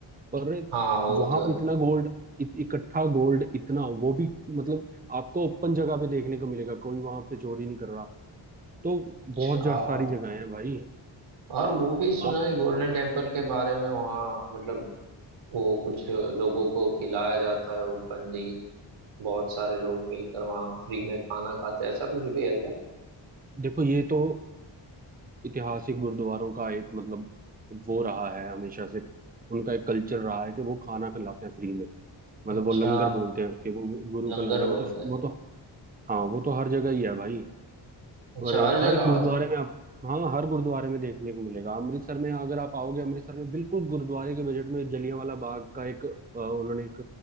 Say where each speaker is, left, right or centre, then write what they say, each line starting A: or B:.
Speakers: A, on the right (about 20°); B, on the right (about 85°).
A: और
B: हाँ वो
A: वहां
B: तो
A: पे
B: है
A: इतना गोल्ड इत, इकट्ठा गोल्ड इतना वो भी मतलब आपको ओपन जगह पे देखने को मिलेगा कोई वहां पे चोरी नहीं कर रहा तो
B: अच्छा
A: बहुत ज-
B: हाँ।
A: सारी जगहें हैं भाई
B: और वो भी सुना
A: आप
B: है गोल्डन टेम्पल के बारे में वहाँ मतलब वो कुछ लोगों को खिलाया जाता है उपनदी बहुत सारे लोग मिलकर वहाँ फ्री में खाना खाते हैं ऐसा कुछ भी है क्या
A: देखो ये तो ऐतिहासिक गुरुद्वारों का एक मतलब वो रहा है हमेशा से उनका एक कल्चर रहा है कि वो खाना खिलाते हैं फ्री में मतलब
B: अच्छा
A: वो लंगर बोलते हैं उसके वो वो गुरु
B: लंगर
A: का लंगर
B: बोलते
A: वो तो
B: हैं
A: वो तो हाँ वो तो हर जगह ही है भाई
B: अच्छा
A: और
B: हर
A: हर
B: जगह
A: गुरुद्वारे
B: होता
A: में आप हाँ हर गुरुद्वारे में देखने को मिलेगा अमृतसर में अगर आप आओगे अमृतसर में बिल्कुल गुरुद्वारे के बजट में जलियांवाला बाग का एक अ, उन्होंने एक